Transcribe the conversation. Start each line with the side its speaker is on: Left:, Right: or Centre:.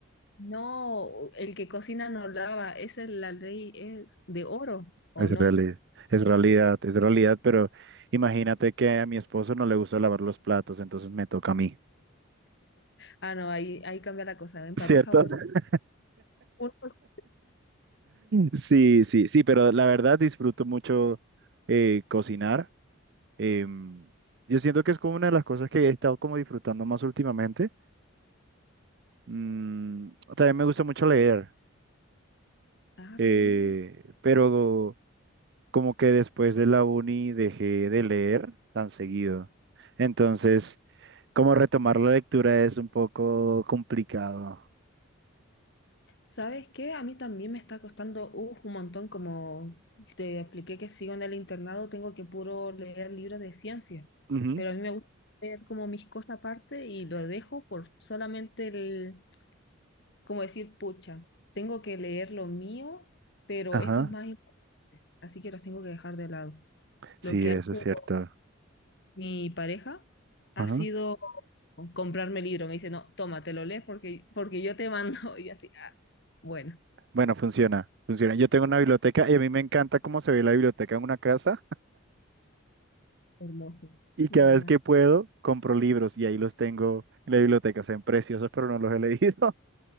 Left: No, el que cocina no lava, esa es la ley, es de oro, ¿o
Right: Es
Left: no?
Right: realidad, es realidad, es realidad, pero imagínate que a mi esposo no le gusta lavar los platos, entonces me toca a mí.
Left: Ah, no, ahí, ahí cambia la cosa. En pareja
Right: ¿Cierto?
Left: uno.
Right: <laughs>
Left: uno-
Right: Sí, sí, sí, pero la verdad disfruto mucho eh, cocinar. Em, yo siento que es como una de las cosas que he estado como disfrutando más últimamente. Mm, también me gusta mucho leer,
Left: Ah,
Right: eh,
Left: re bien.
Right: pero como que después de la uni dejé de leer tan seguido. Entonces, como retomar la lectura es un poco complicado.
Left: ¿Sabes qué? A mí también me está costando uf, un montón, como te expliqué que sigo en el internado, tengo que puro leer libros de ciencia,
Right: Ujú,
Left: pero a mí me gusta leer como mis cosas aparte y lo dejo por solamente el, como decir, pucha, tengo que leer lo mío, pero
Right: Ajá.
Left: esto es más importante, así que los tengo que dejar de lado.
Right: Sí,
Left: Lo que
Right: eso
Left: ha hecho
Right: es cierto.
Left: mi pareja ha
Right: Ajá.
Left: sido comprarme el libro, me dice, no, toma, te lo lees porque, porque yo te mando <laughs> y yo así, ah, bueno.
Right: Bueno, funciona, funciona. Yo tengo una biblioteca y a mí me encanta cómo se ve la biblioteca en una casa
Left: hermoso,
Right: y cada
Left: la verdad.
Right: vez que puedo compro libros y ahí los tengo en la biblioteca. Se ven preciosos, pero no los he leído. <laughs>